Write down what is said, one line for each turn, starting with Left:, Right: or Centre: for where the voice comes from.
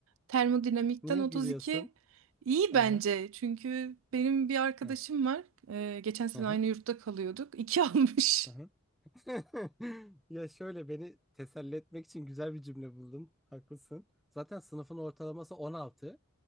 Right: Termodinamikten
Centre: Niye
Right: 32
Centre: gülüyorsun?
Right: iyi
Centre: Aha,
Right: bence. Çünkü benim bir arkadaşım
Centre: aha,
Right: var. Ee, geçen sene
Centre: aha,
Right: aynı yurtta kalıyorduk. 2 <laughs> almış.
Centre: aha. <laughs> Ya şöyle beni teselli etmek için güzel bir cümle buldun. Haklısın. Zaten sınıfın ortalaması 16.